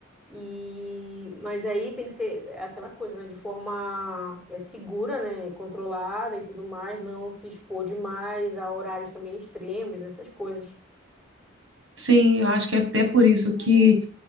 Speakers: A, in the centre; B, on the right.
A: E, mas aí tem que ser é aquela coisa, né? De forma é, segura, né? Controlada e tudo mais, não se expor demais a horários também extremos, essas coisas.
B: Sim, eu acho que é até por isso que